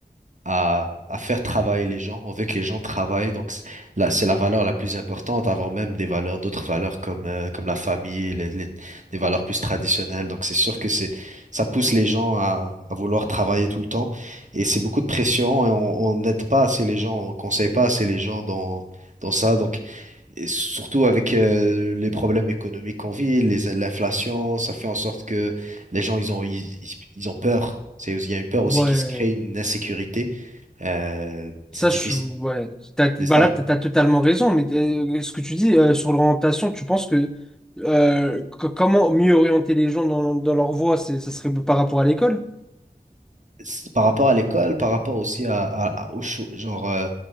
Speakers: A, on the right (about 55°); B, in the centre.
A: à, à faire travailler les gens. On veut que les gens travaillent, donc c'est- là, c'est la valeur la plus importante avant même des valeurs, d'autres valeurs comme, euh, comme la famille, les, les- des valeurs plus traditionnelles. Donc c'est sûr que c'est, ça pousse les gens à, à vouloir travailler tout le temps et c'est beaucoup de pression et on on n'aide pas assez les gens, on conseille pas assez les gens dans, dans ça. Donc et surtout avec euh, les problèmes économiques qu'on vit, les- l'inflation, ça fait en sorte que les gens, ils ont, ils, ils- ils ont peur. C'est, il y a une peur aussi
B: Ouais.
A: qui se crée, une insécurité. Euh, c'est
B: Ça,
A: difficile,
B: je, ouais. T'as, bah
A: c'est ça.
B: là, t'as t'as totalement raison, mais euh, ce que tu dis euh, sur l'orientation, tu penses que, euh, co- comment mieux orienter les gens dans, dans leur voie, c'est, ça serait par rapport à l'école?
A: C'est Par rapport à l'école, par rapport aussi à, à- à- au cho- genre, euh,